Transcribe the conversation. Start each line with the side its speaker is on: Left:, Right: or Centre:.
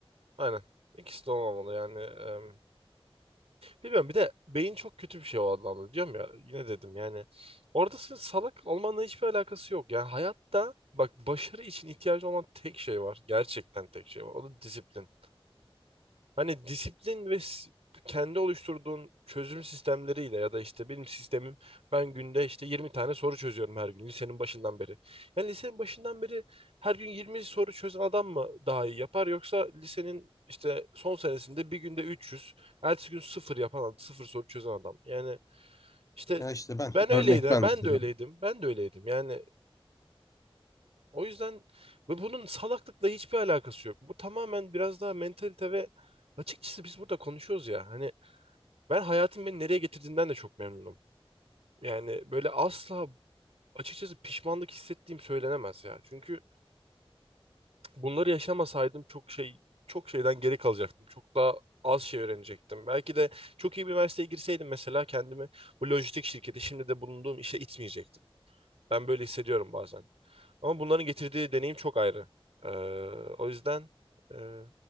Right: Aynen. İkisi de olmamalı yani. em, bilmiyorum. Bir de beyin çok kötü bir şey o anlamda. Diyorum ya yine dedim yani. Orada senin salak olmanla hiçbir alakası yok. Yani hayatta bak başarı için ihtiyacı olan tek şey var. Gerçekten tek şey var. O da disiplin. Hani disiplin ve s- kendi oluşturduğun çözüm sistemleriyle ya da işte benim sistemim ben günde işte 20 tane soru çözüyorum her gün lisenin başından beri. Yani lisenin başından beri her gün 20 soru çözen adam mı daha iyi yapar yoksa lisenin işte son senesinde bir günde 300, ertesi gün sıfır yapan, sıfır soru çözen adam. Yani işte
Left: Ya işte
Right: ben
Left: ben
Right: öyleydim,
Left: örnek ben
Right: ben
Left: mesela.
Right: de öyleydim, ben de öyleydim. Yani o yüzden ve bunun salaklıkla hiçbir alakası yok. Bu tamamen biraz daha mentalite ve açıkçası biz burada konuşuyoruz ya. Hani ben hayatın beni nereye getirdiğinden de çok memnunum. Yani böyle asla açıkçası pişmanlık hissettiğim söylenemez ya. Çünkü bunları yaşamasaydım çok şey çok şeyden geri kalacaktım. Çok daha az şey öğrenecektim. Belki de çok iyi bir üniversiteye girseydim mesela kendimi bu lojistik şirketi şimdi de bulunduğum işe itmeyecektim. Ben böyle hissediyorum bazen. Ama bunların getirdiği deneyim çok ayrı. Ee, o yüzden e,